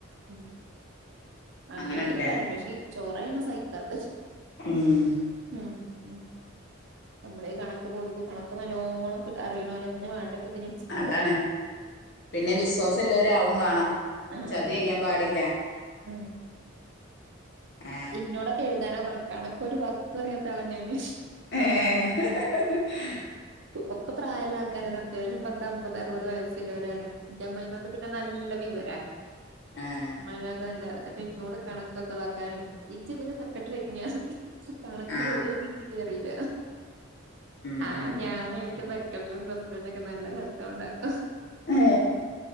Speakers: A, on the right (about 65°); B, on the left (about 60°).
A: ഉം അങ്ങനെയൊക്കെര്
B: അങ്ങനെണ്ട്ല്ലേ
A: കാര്യണ്ട് പക്ഷേ ചോറയാണ് സഹിക്കാത്ത
B: ഉം
A: ഉം <unintelligible> നമ്മളെ ഈ കണക്ക് ബോധി കണക്ക് നല്ലോണം അറിണോലെന്നെ വാണ്ടപ്പതിന്
B: അതാണ് പിന്നെ വിശ്വാസല്ലോര് ആവും വാണം
A: ആഹ്
B: ചതി ചെയ്യാൻ പാടില്ല
A: ഉം
B: ആ
A: ഇന്നോടൊക്കെ എയ്താന <unintelligible> കണക്കോ രു വസ്തു അറിയാത്ത ആളാ ഞാന്
B: ഏഹ് <unintelligible>
A: ഒക്കെ പ്രായള്ള ആൾക്കാരാണ് അത്യാവശം പത്ത്‌ അമ്പത് അറുപത് വയസ്സ്ല്ലോലാണ് ഇന്റെ അമ്മായ്മാക്ക് പിന്നെ നല്ല വിവരാ
B: ആഹ്
A: <unintelligible> ന്നട്ട് ഇന്നോട് കണക്കൊക്കെതാക്കാനെ ഇജ്ജ് <unintelligible> സെക്രട്ടറി അയ്ക് ഞാൻ കണക്കില്
B: ആ
A: ഒരേ ബി സീടി അറിയില്ല
B: ഉം
A: ആഹ്
B: ഉം ഉം
A: ഞാന് അയ്ലൊക്കെ സെക്രട്ടറിം പ്രസിഡന്റ ഒക്കെ നല്ല രസം ഉണ്ടാവും
B: ഏഹ്